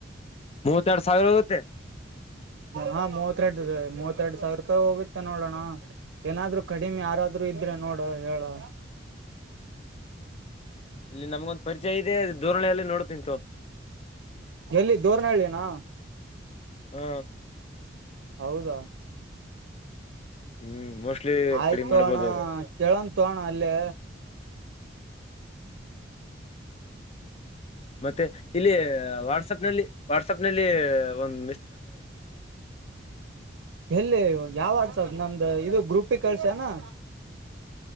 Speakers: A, on the left; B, on the right.
A: ಮೂವತ್ತೆರಡು ಸಾವಿರ ಹೋಗುತ್ತೆ
B: ಹಾ ಮೂವತ್ತೆಟ ಮೂವ <unintelligible> ಇತ್ತೆರಡ್ ಸಾವಿರ ರೂಪಾಯಿ ಹೋಗುತ್ತೆ ನೋಡೋಣ ಏನಾದ್ರು ಕಡಿಮೆ ಯಾರಾದ್ರು ಇದ್ರೆ ನೋಡ ಹೇಳು
A: ಇಲ್ಲಿ ನಮ್ಗೊಂದ್ ಪರಿಚಯ ಇದೆ ಧೋರಣಿಯಲ್ಲ ನೋಡ್ ತೊಗೊ
B: ಎಲ್ಲಿ ದೋರ್ನಹಳ್ಳಿನಾ
A: ಹ್ಮ
B: ಹೌದ.
A: ಹ್ಮ್ ಮೋಸ್ಟ್ಲಿ
B: ಆಯ್ತು
A: ಕಡಿಮೆ ಮಾಡ್ಬೋದು
B: ಅಣ್ಣ
A: ಅವ್ರು
B: ಕೇಳಂತೋ ಅಣ್ಣ ಅಲ್ಲೇ.
A: ಮತ್ತೆ ಇಲ್ಲಿ ವಾಟ್ಸ್ಆ್ಯಪ್ ನಲ್ಲಿ ವಾಟ್ಸ್ಆ್ಯಪ್ ನಲ್ಲಿ ಒಂದ.
B: ಎಲ್ಲಿ ಯಾವ ವಾಟ್ಸ್ಆ್ಯಪ್. ನಮ್ದ ಇದು ಗ್ರೂಪ್ಗೆ ಕಳ್ಸಿ ಏನ್. <inaudible>